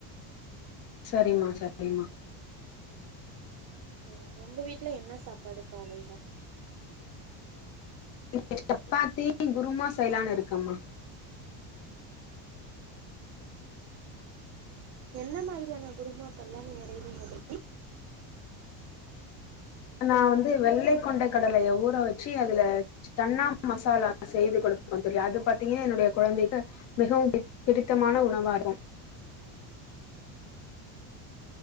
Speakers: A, on the left; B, on the right.
A: சரிம்மா சரிம்மா
B: அ உங்க வீட்ல என்ன சாப்பாடு காலையில
A: இங்க சப்பாத்தி குருமா சைலானு இருக்கம்மா
B: என்ன மாதிரியான குருமாக்கல்லா நீங்க அரைவீங்க தோ
A: நா வந்து வெள்ளை கொண்டை கடலைய ஊற வெச்சு அதுல சன்னா மசாலா செய்து கொடுப்ப தோழி அது பாத்தீங்கன்னா என்னுடைய குழந்தைக்கு மிகவும் பி பிடித்தமான உணவாகு